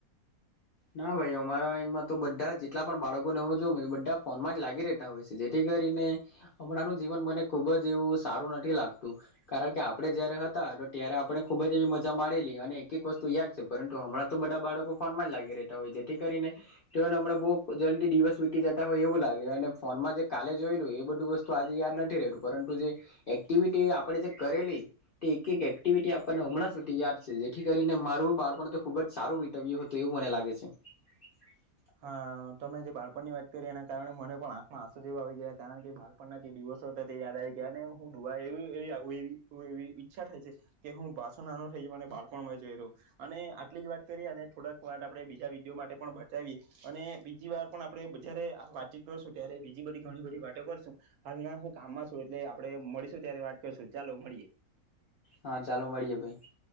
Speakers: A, on the left (about 60°); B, on the right (about 75°).
A: ના ભાઈ અમારા અમાં તો બધા જેટલા પણ બાળકોને હું જો એ બધા ફોનમાં જ લાગી રહેતા હોય છે, જેથી કરીને હમણાંનું જીવન મને ખુબ જ એવું સારું નથી લાગતું, કારણ કે આપડણે જયારે હતા, ત્યારે આપણે ખુબ જ એવી મજા માણેલી અને એક એક વસ્તુ યાદ છે પરંતુ હમણાં તો બધા બાળકો ફોનમાં જ લાગી રહે. હમણાં બહુ જલ્દી દિવસ વીતી જતા હોય એવું લાગે છે, અને ફોનમાં જે કાલે જોયેલું એ બધું વસ્તુ આજે યાદ નથી રહેતું પરંતુ જે, એક્ટિવિટી આપણે જે કરેલી તે એક એક્ટિવિટી આપણને હમણાં સુધી યાદ છે જેથી કરીને મારું બાળપણ તો ખુબ જ સારું વિતવ્યું હતું એવું મને લાગે છે. હ. <inaudible>
B: હા તમે જે બાળપણની વાત કરી એના કારણે મને પણ આંખ માં આંસુ જેવો આવી ગયા કારણ કે બાળપણના જે દિવસો હતા તે યાદ આવી ગયા, અને હું ડવા એવીવીવી ઈચ્છા થાય છે કે હું બાસો નાનો થઈ જાઉં, મને બાળપણ મળે જ એ રહ્યો અને આટલી જ વાત કરીએ, અને થોડાક વાત આપણે બીજા વિડીયો માટે પણ. એ અને બીજી વાર પણ આપણેે જયારે વાતચીત કરશું ત્યારે બીજી બધી ઘણી બધી વાતો કરશું, હાલના હું કામમાં છું, એટલે આપણે મળીશું ત્યારે વાત કરશું ચાલો મળીએ.
A: હા, ચાલો મળીએ ભાઈ.